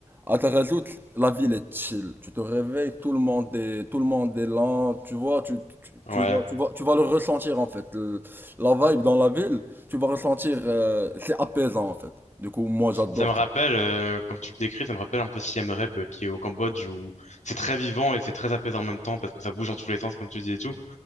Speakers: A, on the right; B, on the left.
A: À Tarazout, la ville est chill. Tu te réveilles, tout le monde est, tout le monde est lent, tu vois, tu, tu,
B: Ouais.
A: tu vas, tu vas, tu vas le ressentir, en fait. Le- la vibe dans la ville, tu vas ressentir, euh, c'est apaisant, en fait. Du coup, moi, j'adore
B: Ça me rappelle,
A: ça.
B: euh, comme tu le décris, ça me rappelle un peu Siem Reap euh, qui est au Cambodge où c'est très vivant et c'est très apaisant en même temps parce que ça bouge dans tous les sens, comme tu dis et tout.